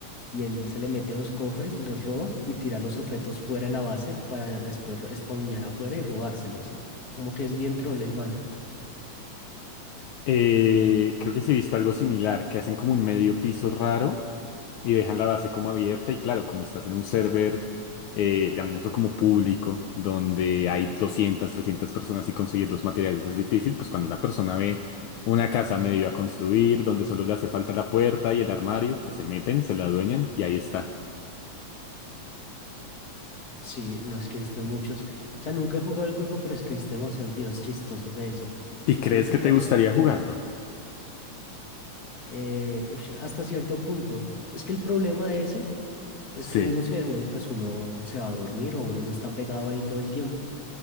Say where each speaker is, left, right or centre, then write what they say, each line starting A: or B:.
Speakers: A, on the left; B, on the left.
A: y él se le mete a los cofres, les roba y tira los objetos fuera de la base y para después ro- spawnear afuera y robárselos. Como que es bien troll el man.
B: Eh, creo que sí he visto algo similar, que hacen como un medio piso raro y dejan la base como abierta y claro, como estás en un server, eh, llamémoslo como público, donde hay doscientas trescientas personas y conseguir los materiales es difícil, pues cuando una persona ve una casa medio a construir, donde solo le hace falta la puerta y el armario, pues se meten, se la adueñan y ahí está.
A: Sí, no es que he visto muchos, o sea, nunca he jugado el juego, pero es que he visto demasiados videos chistosos de eso.
B: ¿Y
A: Y
B: crees
A: creo que
B: que
A: es
B: te
A: más...
B: gustaría jugarlo?
A: Eh, ush, hasta cierto punto. Es que el problema de ese es
B: Sí,
A: que uno se, uno, pues uno se va a dormir o uno no está pegado ahí todo el tiempo.